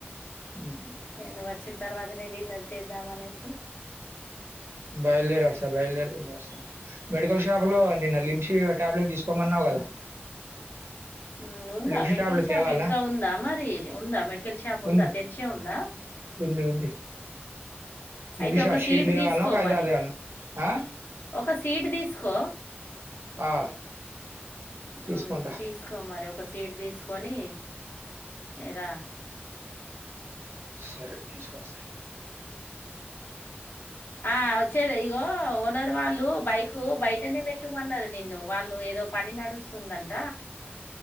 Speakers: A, on the right (about 75°); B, on the left (about 60°).
A: ఉమ్.
B: ఇగ నువచ్చిం త్ తర్వాతనే డిన్నర్ చేద్దాం అనేసి.
A: బయల్దేరోస్తా బయల్దేరినొస్తా. మెడికల్ షాప్ లో, నిన్న లింసి కట్ టాబ్లెట్ తీసుకోమన్నావు కదా.
B: ఉమ్ ఉందా,
A: లిమ్షి
B: మెడికల్
A: టాబ్లెట్
B: షాప్
A: తేవాలా
B: ఇంకా ఉందా మరి? ఉందా మెడిక్ కల్ షాప్ ఉందా,
A: ఉంది
B: తెరిచే ఉందా?
A: ఉంది ఉంది
B: అయితే
A: లిమిషా
B: ఒక
A: షీట్
B: సీటు
A: తేవాలనా
B: తీసుకో
A: ఒక ఐదారు
B: మరి
A: తేవాలనా ఆ
B: ఒక సీటు తీసుకో
A: ఆ తీసుకుంటా
B: ఉ తీసుకోమరి ఒక సీటు తీసుకొని ఎరా
A: సరే, తీసుకోస్తా.
B: ఆ వచ్చేదే ఇగో ఓనర్ వాళ్ళు బైకు బైటనే పెట్టుమన్నారు నిన్ను వాళ్ళు ఏదో పని నడుస్తుందంట